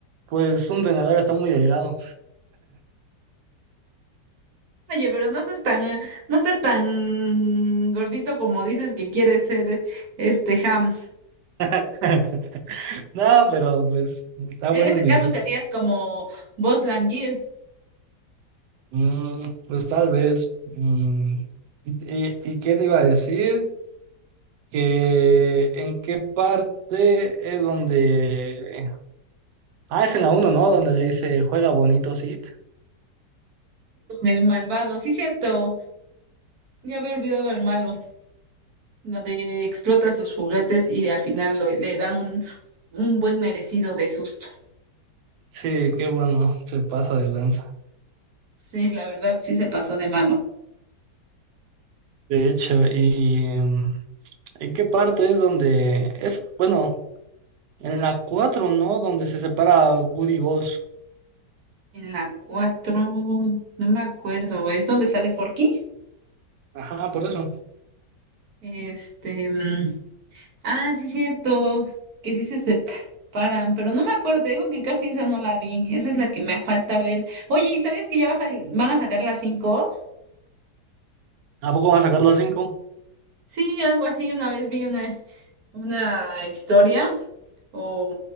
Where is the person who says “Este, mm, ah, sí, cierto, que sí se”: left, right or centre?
Right